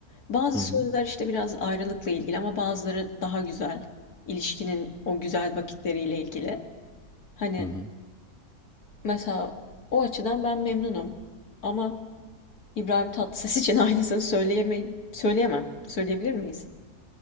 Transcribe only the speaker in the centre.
Hı
hı.
Hı hı.